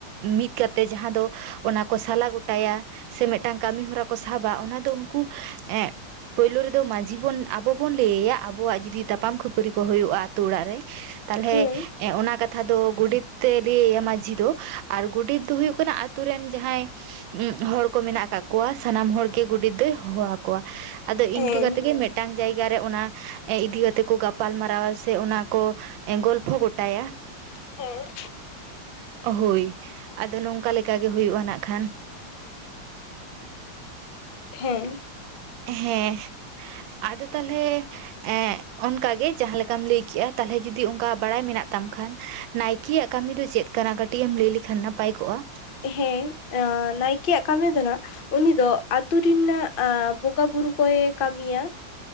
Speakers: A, on the right; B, on the left.
A: ᱢᱤᱫ ᱠᱟᱛᱮ ᱡᱟᱦᱟᱸ ᱫᱚ ᱚᱱᱟ ᱠᱚ ᱥᱟᱞᱟ ᱜᱚᱴᱟᱭᱟ ᱥᱮ ᱢᱮᱫᱴᱟᱝ ᱠᱟᱢᱤ ᱦᱚᱨᱟ ᱠᱚ ᱥᱟᱵᱟ ᱚᱱᱟ ᱫᱚ ᱩᱱᱠᱩ ᱮᱸᱜ ᱯᱳᱭᱞᱳ ᱨᱮᱫᱚ ᱢᱟᱹᱡᱷᱤ ᱵᱚᱱ ᱟᱵᱳ ᱵᱚᱱ ᱞᱟᱹᱭ ᱟᱭᱟ ᱟᱵᱚᱣᱟᱜ ᱡᱩᱫᱤ ᱛᱟᱯᱟᱢ ᱠᱷᱟᱹᱯᱟᱹᱨᱤ ᱠᱚ ᱦᱩᱭᱩᱜᱼᱟ ᱟᱹᱛᱳ ᱚᱲᱟᱜ ᱨᱮ᱾ ᱛᱟᱞᱦᱮ
B: ᱦᱮᱸ
A: ᱮ ᱚᱱᱟ ᱠᱟᱛᱷᱟ ᱫᱚ ᱜᱚᱰᱮᱛᱮ ᱞᱟᱹᱭ ᱟᱭᱟ ᱢᱟᱡᱷᱤ ᱫᱚ᱾ ᱟᱨ ᱜᱳᱰᱮᱛ ᱫᱚ ᱦᱩᱭᱩᱜ ᱠᱟᱱᱟ ᱟᱛᱩ ᱨᱮᱱ ᱡᱟᱦᱟᱸᱭ ᱩᱸ ᱦᱚᱲ ᱠᱚ ᱢᱮᱱᱟᱜ ᱟᱠᱟᱟᱜ ᱠᱚᱣᱟ᱾ ᱥᱟᱱᱟᱢ ᱦᱚᱲ ᱜᱮ ᱜᱚᱰᱮᱛ ᱫᱚᱭ ᱦᱚᱦᱚᱣᱟᱠ ᱠᱚᱣᱟ, ᱟᱫᱚ
B: ᱦᱮᱸ
A: ᱤᱱᱠᱟᱹ ᱠᱟᱛᱮ ᱜᱮ ᱢᱮᱫ ᱴᱟᱝ ᱡᱟᱭᱜᱟ ᱨᱮ ᱚᱱᱟ ᱮ ᱤᱫᱤ ᱠᱟᱛᱮ ᱠᱚ ᱜᱟᱯᱟᱞᱢᱟᱨᱟᱣᱟ ᱥᱮ ᱚᱱᱟ ᱠᱚ ᱜᱚᱞᱯᱷᱚ ᱜᱚᱴᱟᱭᱟ᱾
B: ᱦᱮᱸ᱾
A: ᱦᱳᱭ ᱟᱫᱚ ᱱᱚᱝᱠᱟ ᱞᱮᱠᱟᱜᱮ ᱦᱩᱭᱩᱜᱼᱟ ᱱᱟᱜ ᱠᱷᱟᱱ᱾
B: ᱦᱮᱸ᱾
A: ᱦᱮᱸ ᱟᱫᱚ ᱛᱟᱦᱚᱞᱮ ᱮᱻ ᱚᱱᱠᱟᱜᱮ ᱡᱟᱦᱟᱸ ᱞᱮᱠᱟᱢ ᱞᱟᱹᱭ ᱠᱮᱜᱼᱟ ᱛᱟᱦᱚᱞᱮ ᱡᱩᱚᱫᱤ ᱚᱱᱠᱟ ᱵᱟᱲᱟᱭ ᱢᱮᱱᱟᱜ ᱛᱟᱢ ᱠᱷᱟᱱ ᱱᱟᱭᱠᱮᱭᱟᱜ ᱠᱟᱹᱢᱤ ᱫᱚ ᱪᱮᱫ? ᱠᱟᱱᱟ ᱠᱟᱹᱴᱤᱡ ᱮᱢ ᱞᱟᱹᱭ ᱞᱮᱠᱷᱟ ᱱᱟᱯᱟᱭ ᱠᱚᱜᱼᱟ᱾
B: ᱦᱮᱸ ᱱᱟᱭᱠᱮᱭᱟᱜ ᱠᱟᱹᱢᱤ ᱫᱚ ᱱᱟᱜ ᱩᱱᱤ ᱫᱚ ᱟᱛᱩ ᱨᱮᱱᱟᱜ ᱵᱚᱸᱜᱟ ᱵᱩᱨᱩ ᱠᱚᱭ ᱠᱟᱹᱢᱤᱭᱟ᱾